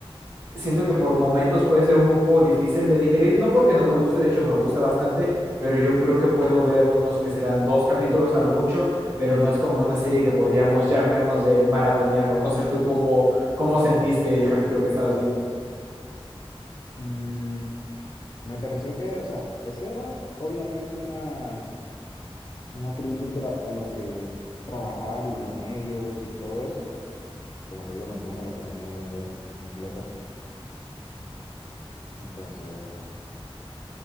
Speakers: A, on the right (about 25°); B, on the left (about 40°).
A: siento que por momentos puede ser un poco difícil de digerir, no porque no me guste, de hecho me gusta bastante, pero yo creo que puedo ver unos que serán dos capítulos a lo mucho, pero no es como una serie que podríamos, llamémosle, maratonear, o no sé tú cómo, cómo sentiste el capítulo que estabas viendo.
B: Mm, me pareció que, o sea, esa era obviamente una, una crítica a lo que es trabajar y los medios y todo eso Como te digo, tampoco me la terminé de ver completa. Entonces, bueno.